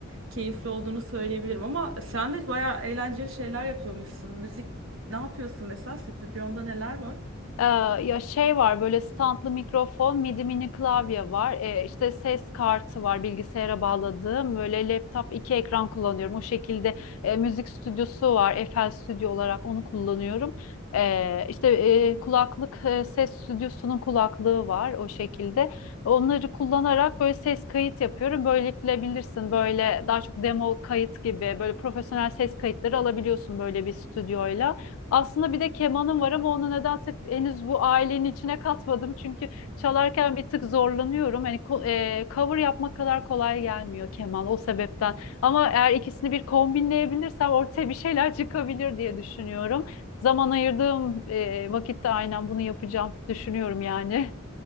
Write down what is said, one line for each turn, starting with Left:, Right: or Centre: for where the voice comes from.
Right: Keyifli olduğunu söyleyebilirim ama sen de bayağı eğlenceli şeyler yapıyormuşsun. Müzik ne yapıyorsun mesela? Stüdyonda neler var?
Left: Ee, ya şey var böyle standlı mikrofon, midi mini klavye var. Ee, işte ses kartı var bilgisayara bağladığım. Böyle laptop iki ekran kullanıyorum. O şekilde e, müzik stüdyosu var. FL Studio olarak onu kullanıyorum. Ee, işte e, kulaklık e, ses stüdyosunun kulaklığı var o şekilde. Onları kullanarak böyle ses kayıt yapıyorum. Böylelikle bilirsin böyle daha çok demo kayıt gibi böyle profesyonel ses kayıtları alabiliyorsun böyle bir stüdyoyla. Aslında bir de kemanım var ama onu nedense henüz bu ailenin içine katmadım. Çünkü çalarken bir tık zorlanıyorum. Hani ko- e, cover yapmak kadar kolay gelmiyor keman o sebepten. Ama eğer ikisini bir kombinleyebilirsem ortaya bir şeyler çıkabilir diye düşünüyorum. Zaman ayırdığım e, vakitte aynen bunu yapacağım düşünüyorum yani